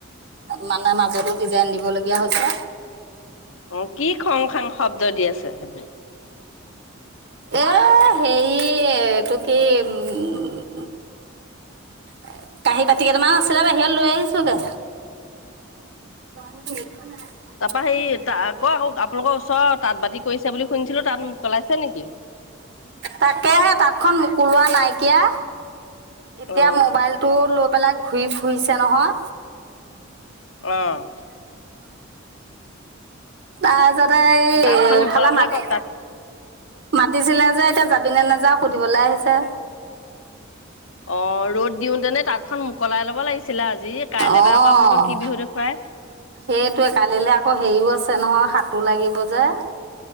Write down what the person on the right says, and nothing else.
মানে মাজতো ডিজাইন দিব লগীয়া হৈছে।
এই হেৰি এইটো কি এ কাহী বাতি কেইটামান আছিলে বাহিৰত লৈ আহিছোগে। <unintelligible>
তাকেহে তাঁতখন মোক উলোৱা নাইকিয়া এতিয়া
মোবাইল টো লৈ পেলাই ঘূৰি ফুৰিছে নহয়।
তাৰ পিছত এই
ফালা মাত
মাতিছিলে যে এতিয়া যাবি নে নাযা সুধিবলৈ আহিছে।
অ'।
সেইটোৱে কালিলৈ আকৌ হেৰিও আছে নহয় সাতো লাগিব যে।